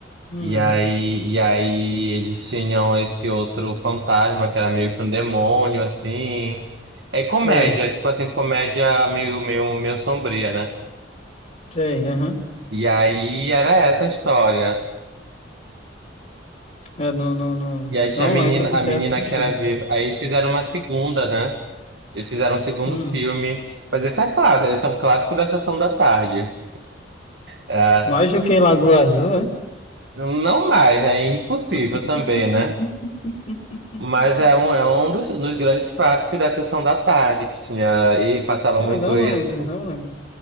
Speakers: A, on the left; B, on the right.
A: Hum,
B: E aí, e aí eles tinham esse outro fantasma que era meio que um demônio, assim. É comédia,
A: sei,
B: tipo assim, comédia meio, meio, meio sombria, né?
A: sei, aham.
B: E aí era essa a história.
A: Eu não, não, não,
B: E aí tinha
A: não
B: a menina,
A: lembro de
B: a
A: ter
B: menina
A: assistido.
B: que era viva. Aí eles fizeram uma segunda, né? Eles fizeram um segundo
A: Hum,
B: filme. Mas esse é clássico, esse é um clássico da sessão da tarde. É,
A: mais do que Lagoa Azul, é?
B: não mais, né? É impossível
A: <laughs>
B: também, né? Mas é um, é um dos, dos grandes clássicos da sessão da tarde que tinha. E passava
A: Cara,
B: muito
A: não
B: isso.
A: lembro, não lembro.